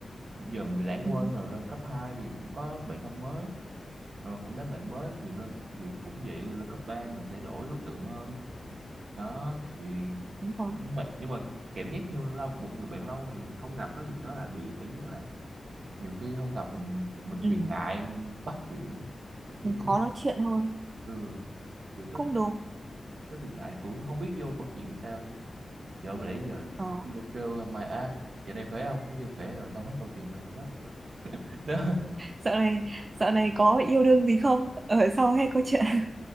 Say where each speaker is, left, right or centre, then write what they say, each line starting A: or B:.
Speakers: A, on the right; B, on the right.
A: dần bị lãng
B: ừ
A: quên rồi lên cấp 2 thì cũng có bạn thân mới Ờ, cũng đám bạn mới thì lên thì cũng vậy thì lên cấp 3 mình sẽ đổi đối tượng hơn đó thì
B: đúng rồi
A: nhưng mà nhưng mà cảm giác như lâu một người bạn lâu ngày mình không gặp đó thì tớ lại bị cảm giác là nhiều khi không gặp mình mình
B: ừ
A: bị ngại em bắt chuyện á nhiều khi
B: mình khó
A: <laughs>
B: nói chuyện hơn
A: ừ kiểu tớ
B: cũng đúng
A: tớ bị ngại cũng không biết vô câu chuyện sao giờ không lẽ giờ
B: Ờ.
A: vô kêu mày á giờ này khỏe không nó kêu khỏe rồi xong hết câu chuyện là chết rồi <laughs> nó
B: dạo này dạo này có yêu đương gì không ở sau hay có chuyện <laughs>